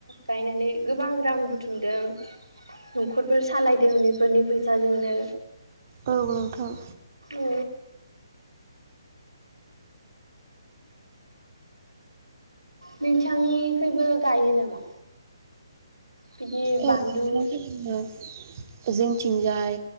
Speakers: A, on the right; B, on the right.
A: गायनानै गोबां रां बुथुमदों न'खरफोर सालायदों बेफोरनि फैसाजोंनो
B: औ नोंथां।
A: औ नोंथांनिखैबो गायो नामा? बिदि
B: औ
A: बानलु
B: <unintelligible> जोंथिंजाय